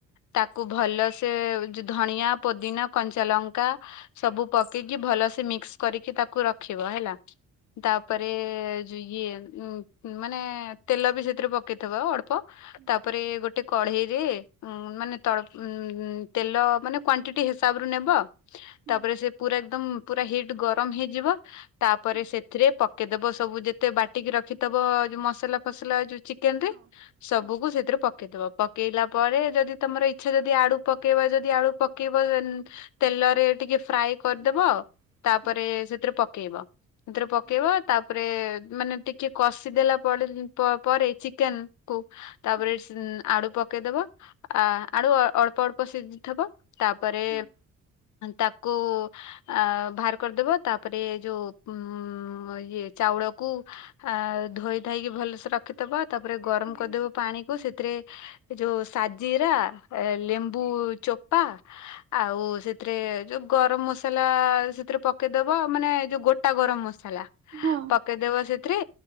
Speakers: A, on the left; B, on the right.
A: ତାକୁ ଭଲସେ ଯ ଧଣିଆ ପୋଦିନା କଞ୍ଚାଲଙ୍କା ସବୁ ପକେଇକି ଭଲସେ ମିକ୍ସ୍ କରିକି ତାକୁ ରଖିବ ହେଲା ତାପରେ ଯୋ ଇଏ ଉଁ ମାନେ ତେଲ ବି ସେଥିରେ ପକେଇଥବ ଅ ଳ୍ପ
B: ହୁଁ
A: ତାପରେ ଗୋଟେ କଢେଇରେ ଉଁ ମାନେ ତଳ ତେଲ ମାନେ କ୍ବାଣ୍ଟିଟି ହିସାବରେ ନେବ
B: ହୁଁ
A: ତାପରେ ସେ ପୁରା ଏକଦମ୍ ପୁରା ହିଟ୍ ଗରମ ହେଇଯିବ ତାପରେ
B: ହଁ
A: ସେଥିରେ ପ କେଦେବ ସବୁ ଯେତେ ବାଟିକି ରଖିଥବ ଯୋଉ ମସଲା ଫସଲା ଯୋଉ ଚି କେନ୍ ରେ
B: ହଁ
A: ସବୁକୁ
B: ହଁ
A: ସେଥିରେ ପକେଇଦବ ପକେଇଲା ପରେ ଯଦି ତମର ଇଚ୍ଛା ଯଦି ଆଡୁ ପକେଇବ ଯଦି ଆଳୁ ପକେଇବ ତେଲରେ ଟିକେ ଫ୍ରାଏ୍ କରିଦବ
B: ହଁ
A: ତାପରେ
B: ହୁଁ
A: ସେଥିରେ ପକେଇବ। ସେଥିରେ ପକେଇବ
B: ହଁ
A: ତାପରେ ମାନେ ଟିକେ କଷିଦେଲା ପରେ ପ ପରେ ଚିକେନ୍ କୁ ତାପରେ
B: ହଁ
A: ଆଡୁ ପକେଇଦବ ଆଡୁ ଅଳ୍ପ ଅଳ୍ପ ସିଜିଥବ ତାପରେ
B: ହୁଁ
A: ତାକୁ ଆ ବାହାର କରିଦବ ତାପରେ ଯୋଉ ଉଁ ଇୟେ ଚାଉଳକୁ ଆ ଧୋଇ ଧାଇକି ଭଲସେ ର ଖିଦବ ତାପରେ ଗରମ କରିଦବୁ
B: ହଁ
A: ପାଣିକୁ ସେଥିରେ ଯୋଉ ସା ଜିରା ଲେମ୍ବୁଚୋପା ଆଉ ସେଥିରେ ଯୋଉ ଗରମ ମସଲା ସେଥିରେ ପକେଇଦବ ମାନେ ଯୋଉ ଗୋ ଟା ଗରମ ମସଲା
B: ହଁ।
A: ପକେଇଦବ ସେଥିରେ